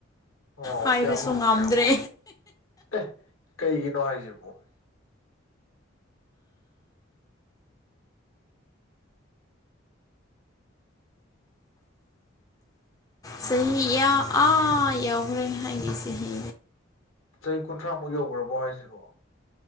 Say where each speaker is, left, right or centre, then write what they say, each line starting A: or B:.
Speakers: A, on the left; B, on the left.
A: ꯑꯣ
B: ꯍꯥꯏꯕꯁꯨ
A: ꯀꯌꯥꯃꯨꯛ
B: ꯉꯝꯗ꯭ꯔꯦ
A: ꯑꯦ ꯀꯩꯒꯤꯅꯣ ꯍꯥꯏꯁꯤꯕꯣ
B: ꯁ ꯑ ꯑꯥ ꯌꯥꯎꯈ꯭ꯔꯦꯅꯦ ꯍꯥꯏꯒꯤꯦ ꯁꯅꯦ
A: ꯆꯍꯤ ꯀꯨꯟꯊ꯭ꯔꯥꯃꯨꯛ ꯌꯧꯈ꯭ꯔꯕꯣ ꯍꯥꯏꯁꯤꯕꯣ